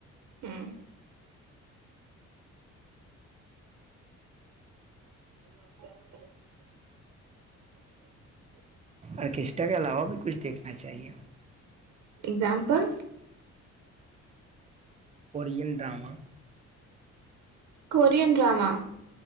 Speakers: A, on the right; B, on the right.
A: ہاں ال
B: آرکیسٹرا کے علاوہ بھی کچھ دیکھنا چاہیے
A: example
B: Korean drama
A: Korean drama